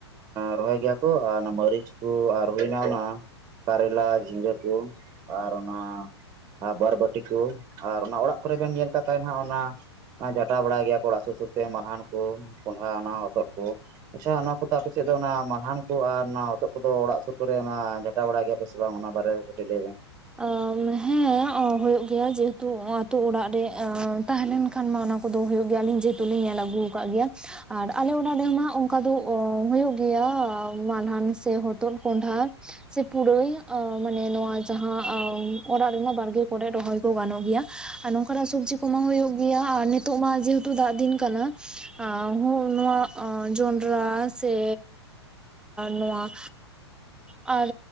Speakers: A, on the right (about 25°); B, in the centre.
A: ᱨᱚᱦᱚᱭ ᱜᱮᱭᱟ ᱠᱚ ᱟᱨ ᱚᱱᱟ ᱢᱟᱹᱨᱤᱪ ᱠᱚ ᱟᱨ ᱦᱩᱭ ᱮᱱᱟ ᱚᱱᱟ ᱠᱟᱨᱞᱟ ᱡᱷᱤᱸᱜᱟᱹ ᱠᱚ ᱟᱨ ᱚᱱᱟ ᱟᱨ ᱵᱟᱨ ᱵᱟᱹᱴᱤ ᱠᱚ ᱟᱨ ᱚᱱᱟ ᱚᱲᱟᱜ ᱠᱚᱨᱮ ᱵᱮᱱ ᱧᱮᱞ ᱠᱟᱜ ᱠᱷᱟᱡ ᱦᱟᱜ ᱚᱱᱟ ᱡᱷᱟᱴᱟ ᱵᱟᱲᱟᱭ ᱜᱮᱭᱟ ᱠᱚ ᱚᱲᱟᱜ ᱥᱩᱨ ᱥᱩᱨᱛᱮ ᱢᱟᱞᱦᱟᱱ ᱠᱚ ᱠᱚᱸᱰᱷᱟ ᱚᱱᱟ ᱦᱚᱛᱚᱫ ᱠᱚ ᱾ ᱟᱪᱪᱷᱟ ᱱᱚᱣᱟ ᱠᱚᱫᱚ ᱟᱯᱮᱥᱮᱫ ᱫᱚ ᱚᱱᱟ ᱢᱟᱞᱦᱟᱱ ᱠᱚ ᱟᱨ ᱦᱚᱛᱚᱜ ᱠᱚᱫᱚ ᱚᱲᱟᱜ ᱥᱩᱨ ᱠᱚᱨᱮ ᱚᱱᱟ <unintelligible> ᱵᱟᱲᱟ ᱜᱮᱭᱟ ᱥᱮ ᱵᱟᱝ ᱚᱱᱟ ᱵᱟᱨᱮ ᱛᱮ ᱠᱟᱹᱴᱤᱡ ᱞᱟᱹᱭ ᱵᱮᱱ ᱾
B: ᱚ ᱦᱮᱸ ᱦᱩᱭᱩᱜ ᱜᱮᱭᱟ ᱡᱮᱦᱮᱛᱩ ᱟᱛᱳ ᱚᱲᱟᱜ ᱨᱮ ᱛᱟᱦᱮᱸ ᱞᱮᱱᱠᱷᱟᱱ ᱢᱟ ᱚᱱᱟ ᱠᱚᱫᱚ ᱦᱩᱭᱩᱜ ᱜᱮᱭᱟ ᱟᱞᱤᱧ ᱡᱮᱦᱮᱛᱩ ᱞᱤᱧ ᱧᱮᱞ ᱟᱹᱜᱩ ᱟᱠᱟᱫ ᱜᱮᱭᱟ ᱾ ᱟᱨ ᱟᱞᱮ ᱚᱲᱟᱜ ᱨᱮᱦᱚᱸ ᱱᱟᱜ ᱚᱱᱠᱟ ᱫᱚ ᱦᱩᱭᱩᱜ ᱢᱟᱞᱦᱟᱱ ᱥᱮ ᱦᱚᱛᱚᱫ ᱠᱚᱸᱰᱷᱟ ᱥᱮ ᱯᱩᱨᱟᱹᱭ ᱟ ᱢᱟᱱᱮ ᱱᱚᱣᱟ ᱡᱟᱦᱟᱸ ᱚᱲᱟᱜ ᱨᱮᱱᱟᱜ ᱵᱟᱲᱜᱮ ᱠᱚᱨᱮ ᱨᱚᱦᱚᱭ ᱠᱚ ᱜᱟᱱᱚᱜ ᱜᱮᱭᱟ ᱾ ᱟᱨ ᱱᱚᱝᱠᱟᱱᱟᱜ ᱥᱚᱵᱽᱡᱤ ᱠᱚᱢᱟ ᱦᱩᱭᱩᱜ ᱜᱮᱭᱟ ᱟᱨ ᱱᱤᱛᱚᱜ ᱢᱟ ᱡᱮᱦᱮᱛᱩ ᱫᱟᱜ ᱫᱤᱱ ᱠᱟᱱᱟ <unintelligible> ᱱᱚᱣᱟ ᱡᱚᱸᱰᱨᱟ ᱥᱮ ᱱᱚᱶᱟ ᱟᱨ